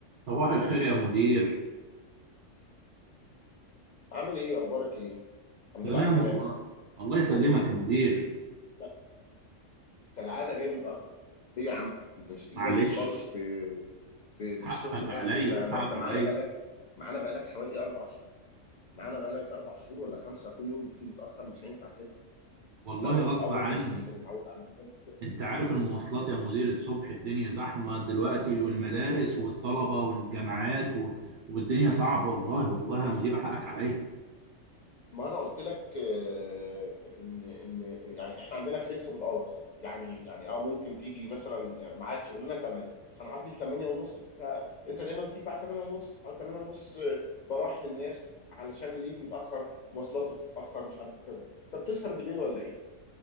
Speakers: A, on the right; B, on the left.
A: صباح الخير يا مدير
B: عامل ايه اخبارك ايه الحمد
A: تمام
B: لله على السلامه
A: والله الله يسلمك يا مدير
B: لا، كالعاده جاي متاخر ايه يا عم انت مش هتيجي
A: معلش
B: بدري خالص في في في
A: حقك
B: الشغل ده
A: عليا
B: احنا أنا
A: حقك
B: انت معانا
A: عليا
B: بقالك معانا بقالك حوالي اربع شهور معانا بقالك اربع شهور ولا خمسه كل يوم بتيجي متاخر مش هينفع كده
A: والله
B: احنا قلنا
A: غصب
B: في الاول
A: عني
B: ماشي لسه بيتعود على الموضوع
A: انت عارف المواصلات يا مدير الصبح الدنيا زحمة دلوقتي والمدارس والطلبة والجامعات و... والدنيا صعبة والله والله يا مدير حقك عليا
B: ما انا قلت لك آه، ان ان يعني احنا عندنا فليكسبل اورز يعني يعني اه ممكن تيجي مثلا ميعاد شغلنا 8 بس انا عاطل 8 ونص ك... انت دايما بتيجي بعد 8 ونص على 8 ونص آه، براح للناس علشان اللي يجي متاخر مواصلاته تتاخر مش عارف كذا طب تسهر بالليل ولا ايه؟